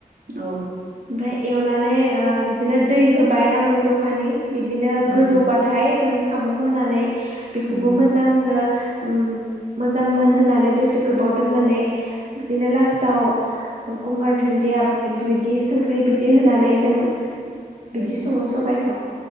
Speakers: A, on the right; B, on the right.
A: औ।
B: इमफाय एवनानै ओ बिदिनो दै होबाय नांगौ जखानि बिदिनो
A: उम
B: गोदौबाथाय जों साम'खौ होनानै बेखौबो
A: उम
B: मोजांनो उम। मोजां मोन होननानै दसे गोबाव दोननानै बिदिनो लास्टाव गंगार धोनदि या बिदि संख्रै बिदि होनानै जों बिदि
A: औ
B: सङो सबायाइखौ।